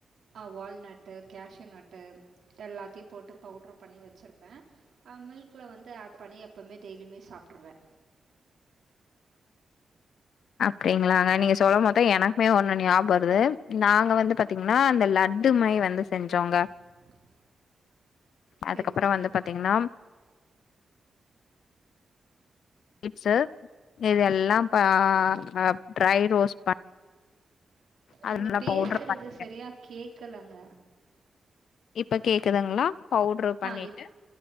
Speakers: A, on the right; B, on the left.
A: அ வால்நட் டு கேஷு நட்டு போட்டு எல்லாத் திரு போட்டு பவுட்ரு பண்ணி வெச்சிருப்பே அ மில்க்ல வந் து ஆட் பண்ணி எப்பவ்மே டெய்லிமே சாப்ட்ருவே
B: அப்டிங்களாங்க நீங்க சொல்லும் போதா எனக்குமே ஒண்ணு ஞாப வருது நாங்க வந்து பாத்தீங் ன்னா அந்த லட்டு மாரி வந்து செஞ்சோங்க
A: <inaudible> சரி
B: அதுக்கப்புற
A: சரி
B: வந்து பாத்தீங்கன்னா இப்ஸு இது எல்லாம் ம் ஆ அ ட்ரை ரோஸ் பண் அது
A: நீங்க
B: நல்லா
A: பேசுறது
B: பவுடர் பண்ணி
A: செரியா கேக்கலங்க
B: இப்ப கேக்குதுங்ளா பவுட்ரு பண்ணிட்டு
A: ஆ இப்போ